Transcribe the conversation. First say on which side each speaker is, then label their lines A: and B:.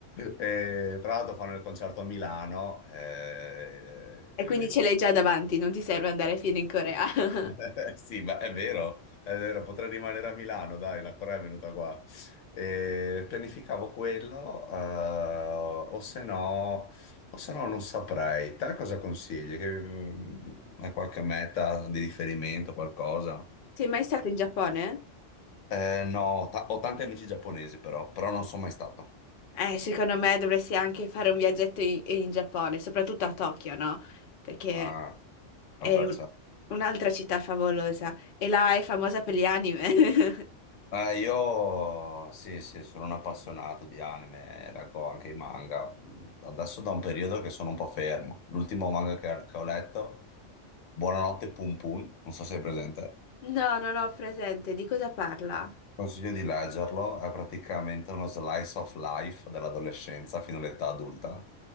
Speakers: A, on the left; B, on the left.
A: E, tra l'altro fanno il concerto a Milano, eh,
B: E
A: quindi
B: quindi ce
A: boh.
B: l'hai già davanti, non ti serve andare fino in Corea. <laughs>
A: Eh, Sì, ma è vero, è vero, potrei rimanere a Milano, dai, la Corea è venuta qua. E pianificavo quello, eh, o se no, o se no non saprei. Te cosa consigli? Che, mm, hai qualche meta di riferimento, qualcosa?
B: Sei mai stato in Giappone?
A: Eh, no, ho ta- ho tanti amici giapponesi però, però non sono mai stato
B: Eh, secondo me dovresti anche fare un viaggetto in, in Giappone, soprattutto a Tokyo, no? Perché
A: a,
B: è
A: a Versailles.
B: un- un'altra città favolosa e là è famosa per gli anime. <laughs>
A: Eh, io sì, sì, sono un appassionato di anime, leggo anche i manga. Mm, Adesso da un periodo che sono un po' fermo. L'ultimo manga che, che ho letto, Buonanotte Pum Pum, non so se è presente.
B: No, non ho presente. Di cosa parla?
A: Consiglio di leggerlo, è praticamente uno slice of life dell'adolescenza fino all'età adulta.